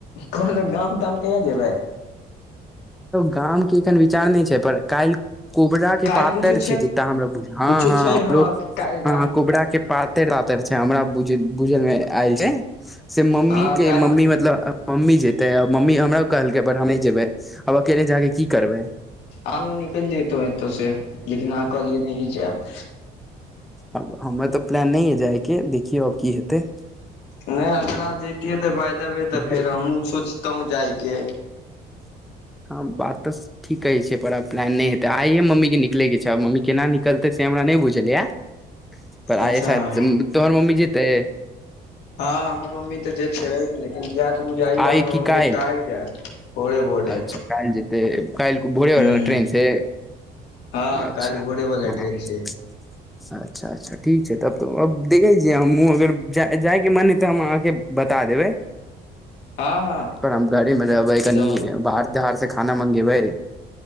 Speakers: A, on the left; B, in the centre.
A: कहलल गाम ताम कहिय जेबै
B: गामके एखन विचार नहि छै पर काल कोबरा के
A: काल्हि
B: पातर
A: कुछो
B: छै जेता हमरा बुझ हँ
A: कुछो
B: हँ
A: छै
B: हमरो
A: काल्हि
B: हँ
A: गाम
B: कोबरा के पात रातर छै हमरा बुझल मे एल छै से मम्मी
A: हँ
B: के
A: काल्हि
B: मम्मी मतलब मम्मी जेतै मम्मी हमरा कहलकै पर हम नइ जेबै आब अकेले जाके की करबै
A: आगू निकल जेत एतो से लेकिन आ कऽ लिय नहिीजेब
B: आब हमरा त प्लान नहि य जाय के देखियौ अब की हेतै
A: नहि अगरा जैतिये तऽ भाय देबे तऽ
B: घर
A: फेर हमहूँ सोचतहुँ जायके
B: हँ बात तऽ ठी कहे छै पररा प्लान नहि हेते आइये मम्मी के निकले के छै मम्मी केना निकलते से हमरा नहि बुझल ये पर आइसा
A: अच्छा
B: तोमर मम्मी जेते
A: हँ हमर मम्मी तऽ जेतै लेकिन जायतऽ बुझाइए
B: आइ
A: हमर
B: की
A: मम्मी
B: काल्हि
A: काल जायत भोरे भोरे
B: अच्छा काइल जतै काइल भोड़े
A: हूं
B: वला ट्रेन से
A: हँ
B: अच्छा
A: का इल घोड़ेवला
B: हँ
A: ट्रेन से
B: <inaudible> अच्छा अच्छा ठीक छै तब तऽ अब देखै छियै हमहुँ अगर जाइके मन हइ तऽ हम अहाँके बता देबै
A: हँ हँ
B: पर आ घर मब कनी
A: एकदम
B: हार त हार से खाना मंगेबै